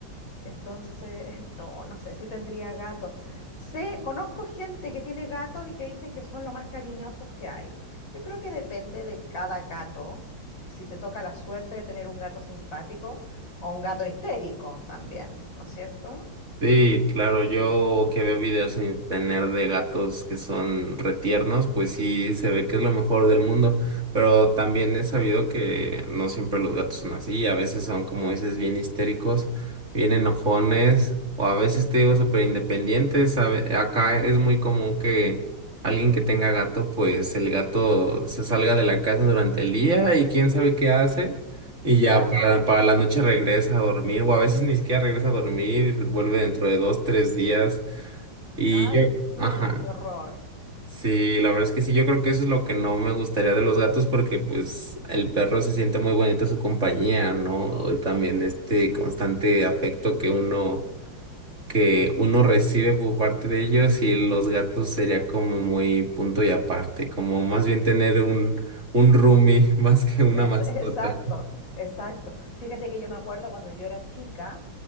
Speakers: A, on the left; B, on the right.
A: Entonces, <laughs> no, no sé si tendría gato. Sé, conozco gente que tiene gatos y que dicen que son lo más cariñosos que hay. Yo creo que depende de cada gato, s- si te toca la suerte de tener un gato simpático o un gato histérico también, ¿no es cierto?
B: Sí, claro, yo que veo videos en internet de gatos que son retiernos, pues sí se ve que es lo mejor del mundo, pero también he sabido que no siempre los gatos son así, a veces son, como dices, bien histéricos, bien enojones, o a veces te digo súper independientes, a ve- acá es muy común que alguien que tenga gato, pues el gato se salga de la casa durante el día y quién sabe qué hace. Y ya
A: Claro.
B: para, para la noche regresa a dormir, o a veces ni siquiera regresa a dormir, vuelve dentro de dos, tres días. Y
A: Ay,
B: yo,
A: sí,
B: ajá,
A: qué horror.
B: sí, la verdad es que sí, yo creo que eso es lo que no me gustaría de los gatos, porque pues el perro se siente muy bonito su compañía, ¿no? También este constante afecto que uno, que uno recibe por parte de ellos, y los gatos sería como muy punto y aparte, como más bien tener un, un roomie <laughs> más que una
A: Es-
B: mascota.
A: exacto, exacto. Fíjate que yo me acuerdo cuando yo era chica